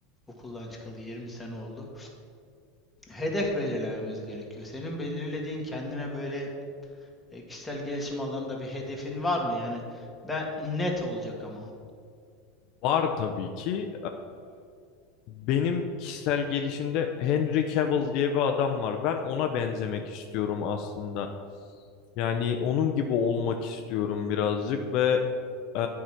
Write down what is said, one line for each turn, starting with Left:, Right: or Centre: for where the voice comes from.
Centre: okuldan çıkalı 20 sene oldu. Hedef belirlememiz gerekiyor. Senin belirlediğin kendine böyle e, kişisel gelişim alanında bir hedefin var mı? Yani ben net olacak ama
Left: Var tabii ki. Benim kişisel gelişimde Henry Cavill diye bir adam var. Ben ona benzemek istiyorum aslında. Yani onun gibi olmak istiyorum birazcık ve eee,